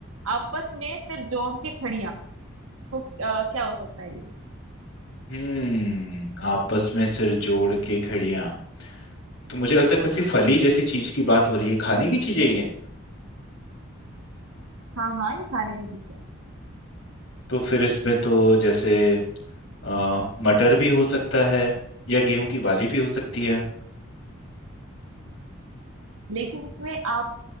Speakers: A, on the right; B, on the left.
A: आपस में फिर जोड़ के खड़ियां तो अ, क्या हो सकता है ये
B: हम्म आपस में सिर जोड़ के खड़ियां तो मुझे लगता है किसी फली जैसी चीज की बात हो रही है खाने की चीजें ये
A: हाँ हाँ ये खाने की चीज है
B: तो फिर इसमें तो जैसे अ, मटर भी हो सकता है या गेहूं की बाली भी हो सकती है
A: लेकिन इसमें आप